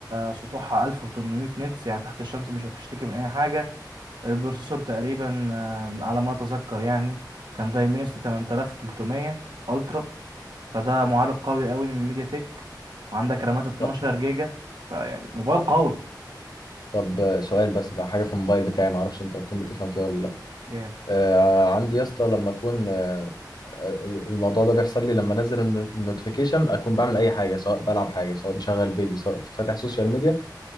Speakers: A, on the right; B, on the left.
A: سطوحها 1800 نتس يعني تحت الشمس مش هتشتكي من اي حاجة البروسيسور تقريبا آه، على ما اتذكر يعني كان دايمنستي 8300 الترا فده معالج قوي قوي من ميديا تك وعندك رامات 12
B: طب
A: جيجا فيعني موبايل قوي
B: طب، آه، سؤال بس ده حاجة في الموبايل بتاعي معرفش انت هتكون بتفهم فيها ولا لا
A: جامد
B: آه، عندي يا اسطى لما اكون آه، آه، الموضوع ده بيحصل لي لما انزل النوتيفيكيشن اكون بعمل اي حاجه سواء بلعب حاجه سواء مشغل فيديو سواء فاتح سوشيال ميديا